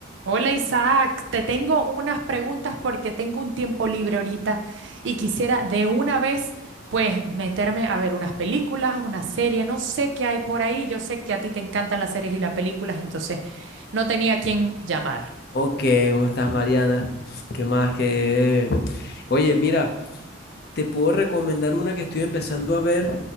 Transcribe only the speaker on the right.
Hola Isaac, te tengo unas preguntas porque tengo un tiempo libre ahorita y quisiera de una vez pues meterme a ver unas películas, una serie, no sé qué hay por ahí, yo sé que a ti te encantan las series y las películas, entonces no tenía a quién llamar.